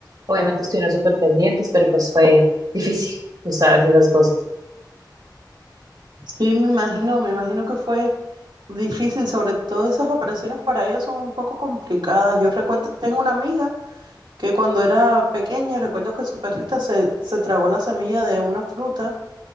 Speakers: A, on the right; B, on the right.
A: obviamente estuvieron súper pendientes, pero pues fue difícil, tú sabes, esas cosas.
B: Sí, me imagino, me imagino que fue difícil, sobre todo esas operaciones para ellos son un poco complicadas. Yo recuerdo, tengo una amiga que cuando era pequeña, recuerdo que su perrita se, se tragó la semilla de una fruta